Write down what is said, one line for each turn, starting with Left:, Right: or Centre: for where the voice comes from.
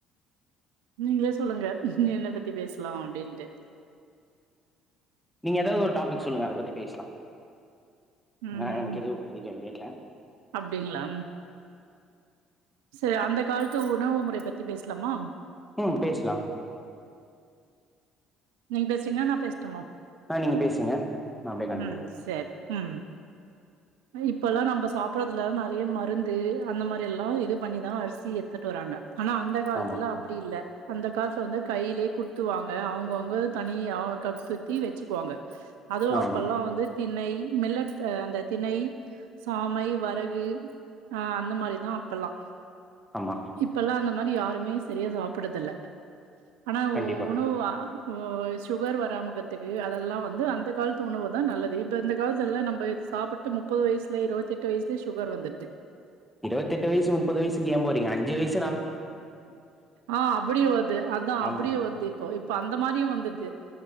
Right: நீங்களே சொல்லுங்க என்ன பத்தி பேசலா அப்டின்ட்டு
Centre: நீங்க ஏதாவது ஒரு டாபிக் சொல்லுங்க அத பத்தி பேசலா
Right: ம்
Centre: ஆஹ் எனக்கு இது இப்பதிக் ஐடியா கில்ல
Right: அப்டிங்களா சரி அந்த காலத்து உணவு முறை பத்தி பேச சலாமா
Centre: ம் பேஸ்லா
Right: நீங்க பேஸ்றீங்ளா நா பேசட்டுமா
Centre: ஆ நீங்க பேசுங்க நா அப்டியே கண்டின்யூ
Right: ம்
Centre: பண் <unintelligible>
Right: சரி ம் இப்பல்லா நம்ப சாப்படுறதுல நெறைய மருந்து அந்த மாரி எல்லா இது பண்ணிதா அரிசி எத்துட்டு வராங்க ஆனா அந்த காலத்துல
Centre: ஆமா
Right: அப்டி இல்ல அந்த காலத்துல வந்து கையிலயே குத்துவாங்க அவுங்கவுங்க தனியா <unintelligible> சுத்தி வச்சுக்குவாங்க அதுவு
Centre: ஆமா
Right: அப்பெல்லா வந்து திணை மில்லட் அந்த திணை சாமை வரகு ஆ அந்த மாரி தா அப்பல்லா
Centre: ஆமா
Right: இப்பெல்லா நம் அந்த மாரி யாருமே சரியா சாப்பற்தில்ல ஆனா
Centre: கண்டிப்பா
Right: உணவா ஒ சுகர் வராமக்கத்துக்கு அதெல்லா வந்து அந்த காலத்து உணவு தா நல்லது இப்போ இந்த காலத்தெல்லா நம்ப சாப்புட்டு முப்பது வயசுல இருவத்தெட்டு வயசுலே சுகர் வந்துட்து
Centre: இருபத்தெட்டு வயசு முப்பது வயசுக்கு ஏ போறீங்க அஞ்சு வய்ஸ்
Right: ஆ அப்டியு வர்து அதா
Centre: ஆமா
Right: அப்டியு வர்து இப்போ இப்ப அந்த மாரியு வந்துர்து